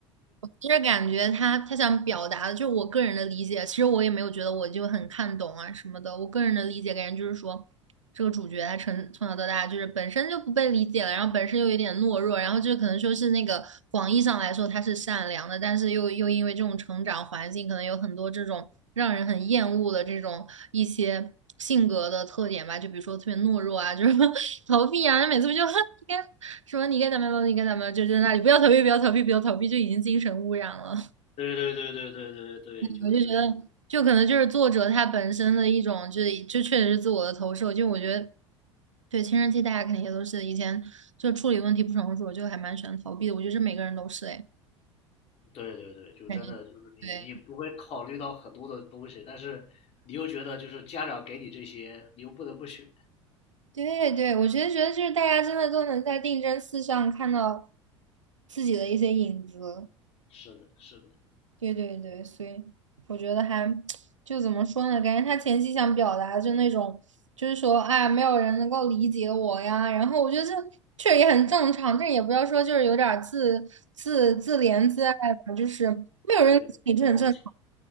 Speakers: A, on the right; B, on the left.
A: 其实感觉他他想表达的，就是我个人的理解。其实我也没有觉得我就很看懂啊什么的。我个人的理解感觉就是说，这个主角他从从小到大就是本身就不被理解了，然后本身又有点懦弱，然后就可能说是那个广义上来说他是善良的，但是又又因为这种成长环境，可能有很多这种让人很厌恶的这种一些性格的特点吧，就比如说特别懦弱啊，就是 <laughs> 逃避啊，每次不就 <laughs> 跟说你该怎么样，你该怎么样，就在那里不要逃避，不要逃避，不要逃避，就已经精神污染了。
B: 对对对对对对对，就就是。
A: 我就觉得，就可能就是作者他本身的一种，就是就确实是自我的投射。就我觉得，对青春期大家肯定也都是以前就处理问题不成熟，就还蛮喜欢逃避的。我觉得这每个人都是哎，
B: 对对对，就真的就是你你不会考虑到很多的东西，
A: 感觉对
B: 但是你又觉得就是家长给你这些，你又不得不选。
A: 对对，我觉得觉得就是大家真的都能在定真寺上看到自己的一些影子。
B: 是的，是的，
A: 对对对，所以我觉得还 <tsk> 就怎么说呢？感觉他前期想表达的就那种，就是说啊，没有人能够理解我呀。然后我觉得这确实也很正常，但也不要说就是有点儿自自自怜自爱吧，就是没有人理解你这很正常。
B: 嗯，有点好奇。